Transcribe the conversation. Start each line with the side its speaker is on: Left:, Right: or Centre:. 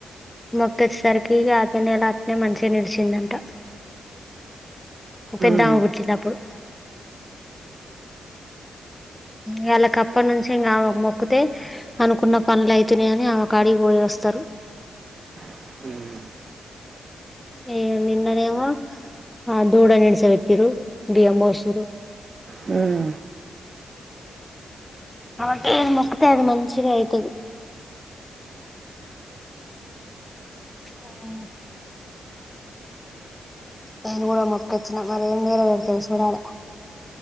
Left: మొక్త వచ్చేసరికిక అత నెల అతనే మంచిగా నిడిచిందంట పెద్దామ
Right: మ్
Left: పుట్టినప్పుడు వాళ్ళకప్పటి నుంచి ఇంకా ఆమెకు మొక్కితే అనుకున్న పనులు అయితున్నాయని ఆమె కాడికి పో పోయి వస్తారు
Right: హ్మ్
Left: ఏ నిన్న నేమో ఆ దూడ నిడ్స పెట్టిరు బియ్యం పోసిరు
Right: హ్మ్
Left: అ మొకుతా అది మంచిగా అయితది మ్మ్ నేను కూడా మొక్కొచ్చిన మరీ ఏం నీర పెడతాందో చూడాలి